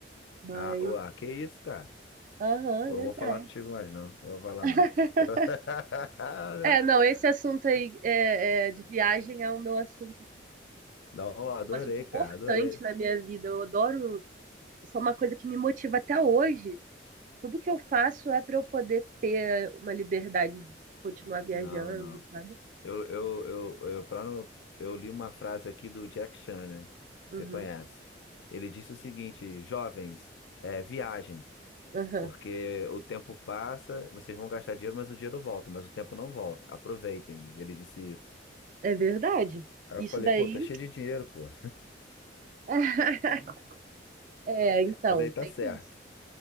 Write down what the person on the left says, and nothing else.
Ah, uá, que isso, cara?
Pô,
não vou falar contigo mais, não. Não vou falar,
não. <laughs>
Não, adorei,
cara, adorei.
Não, não.
Eu, eu, eu, eu, pra não- eu li uma frase aqui do Jack Chan, né?
Você conhece. Ele disse o seguinte, jovens, é, viajem.
Porque o tempo passa, vocês vão gastar dinheiro, mas o dinheiro volta, mas o tempo não volta. Aproveitem. Ele disse isso.
Aí
eu falei,
pô, tá cheio de dinheiro, pô.
Mas aí
tá certo.